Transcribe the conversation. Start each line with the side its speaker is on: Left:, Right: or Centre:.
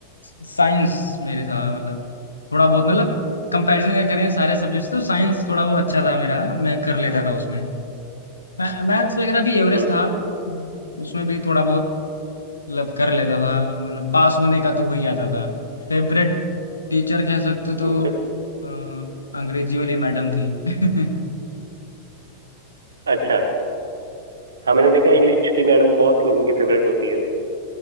Left: साइंस मेरे था मतलब थोड़ा बहुत मतलब कंपैरिजन अगर करें सारे सब्जेक्ट्स तो साइंस थोड़ा वो अच्छा था मेरा मैं कर लेता था उसमें मैथ्स वगैरह भी एवरेज
Right: हम्म हम्म,
Left: था
Right: हम्म,
Left: उसमें भी थोड़ा बहुत मतलब कर लेता था मतलब पास होने का तो हो ही जाता था फेवरेट टीचर कह सकते हो तो
Right: हम्म, च-
Left: अ, अंग्रेजी वाली मैडम थी <laughs>
Right: अच्छा हाँ मैंने देखा इंग्लिश की मैडम बहुत लोगों की फेवरेट होती है